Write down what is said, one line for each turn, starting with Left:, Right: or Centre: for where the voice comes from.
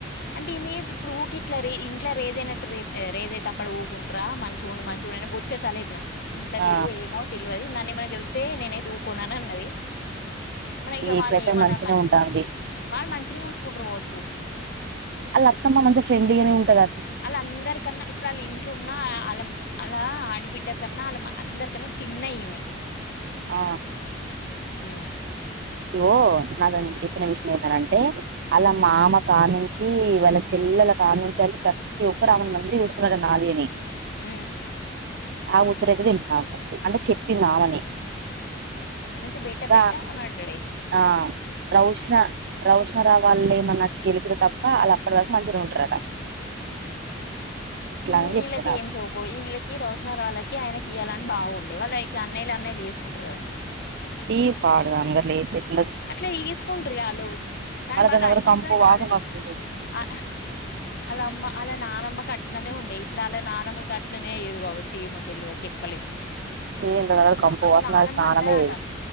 Left: అంటే ఈమె ఇప్పుడు ఊకె ఇట్ల రే ఇంట్ల రేజ్ అయినట్ టె రేప్ రేజ్ అయితే అక్కడ ఊకుంటరా మంచి ఉండు మంచిగా ఉండు అని బొచ్చడ్ సార్ల ఎప్పిన ఉంట
Right: ఆ
Left: తీరు ఏమో తెల్వది నన్నేమన గెల్కితే నేనైతే ఊకోన్ అని అన్నది మన ఇగ
Right: ఇప్పుడైతే
Left: వాళ్ళు ఏమనరు
Right: మంచినే
Left: మ
Right: ఉంటాంది
Left: వాళ్ మంచినే ఊసుకుంటరు గొవచ్చు
Right: ఆళ్ళ అత్తమ్మ మంచ ఫ్రెండ్లీగనే ఉంటద
Left: ఆళ్ళ అందరికన్నా ఇప్పుడు ఆళ్ళ ఇంట్లో ఉన్నా ఆల్ంల అల్లా ఆడిబిడ్డ కన్నా అళ్ళమ అందరి కన్న చిన్న ఈమె
Right: ఆ
Left: ఊ
Right: ఇగో నాదని ఎప్పిన విషయం ఏందనంటే ఆల్ల
Left: ఉమ్,
Right: మామ కాను చీ వాళ్ళ చెల్లెల కానుంచెలి ప్రత్తి ఒక్కరు ఆమెను మంచిగ చూసుకున్నడ్ నానీని
Left: ఊ
Right: ఆ ముచ్చటైతే తెలిసు నాకు అంటే చెప్పింది ఆమెనే
Left: మంచ బేట
Right: ఇక
Left: బేట అనంట్
Right: ఆ రౌష్నా రౌష్ ఆ రా వాళ్ళ ఏమన్నా ఒచ్చి గెలుకితే తప్పా ఆళ్ళు అప్పడి వరకు మంచిగనే ఉంటరట
Left: ఈ
Right: అని చెప్పింది
Left: ఈళ్ళకి
Right: నాకు
Left: ఏం సోకో ఈళ్ళకి రోష్ణారాళ్ళకి ఆయనకి ఇయ్యాలని బాగుండే వాళ్ళ ఇట్లా అన్నయ్యలు అన్నయలు చేసుకుంటరు గదా
Right: చీ పాడు గాన్ గట్ల ఏత్తె ఎట్ల
Left: అట్ల ఏసుకుంటరే ఆళ్ళు కానీ
Right: మళ్ళ
Left: వాళ్ళు
Right: దాని దగ్గర
Left: అడిగిన్రట
Right: కంపు వాసన
Left: ఆల్రెడీ
Right: వస్తుంది
Left: అ ఆల్ల అమ్మ ఆల్ల నానమ్మక్ కట్లనే ఉండే ఇప్పుడు ఆల్ల నానమ్మ ఉంటే అట్లనే అయేది కావచ్చు ఏమో తెలువ చెప్పలేమ్
Right: ఛీ దాని దగ్గర కంపు
Left: అలా
Right: వాసన
Left: నానమ్మ
Right: అది స్నానమే
Left: అన్నదంట
Right: చేయదు